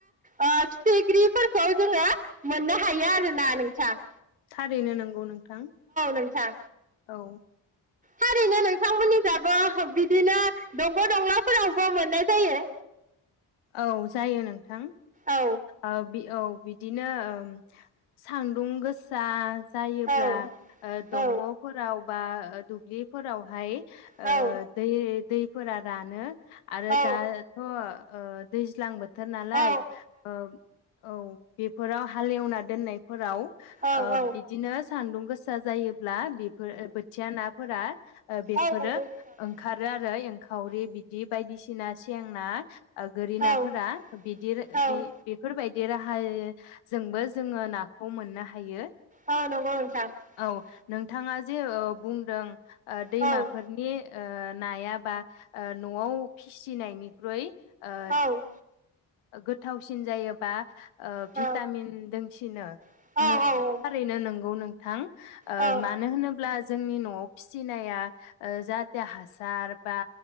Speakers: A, on the right (about 15°); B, on the left (about 80°).
A: ओ फिथिख्रिफोरखौ जोङो मोननो हायो आरो ना नोंथां ।
B: थारैनो नोंगौ नों थां
A: नोंथां
B: औ
A: थारैनो <unintelligible> दंग' दंलाफोरावबो मोननाय जायो।
B: औ जायो नोंथां
A: औ
B: ओ बि औ बिदिनो ओ सान्दुं गोसा जायोब्ला
A: औ
B: ओ
A: औ
B: दंग'फोराव बा ओ दुब्लिफोरावहाय
A: औ
B: ओ देै देै फोरा रानो । आरो
A: औ
B: दाथ' ओ दैज्लां बो थोर नालाय
A: औ
B: ओ औ बेफोराव हालेवना दोननाय फोराव
A: औ
B: ओ
A: औ
B: बिदिनो सान्दुं गोसा जायोब्ला बे फोर बोथिया नाफोरा बेफोरो
A: नंगौ नोंथां
B: ओंखारो आरो । फ्राय एंखावरि बिदि बायदिसि ना सें ना गोरि
A: औ
B: नाफोरा बिदिरो-ओ-बे-बेफोर
A: औ औ
B: बेबायदि राहायै जोंबो जोङो नाखौ मोननो हायो।
A: औ नंगौ नोंथां ।
B: औ नोंथाङा जे ओ बुंदों ओ दैमाफोरनि
A: औ
B: ओ नायाबा ओ न'आव फिसिनायनिख्रुइ ओ
A: औ
B: गोथावसिन जायोबा ओ
A: औ
B: भिटामिन दोंसिनो
A: औ
B: नो
A: औ
B: थारैनो नोंगौ नों थां ओ
A: औ
B: मानो होनोब्ला जोंनि न'आव फिसिनाया ओ जाहाथे हासार बा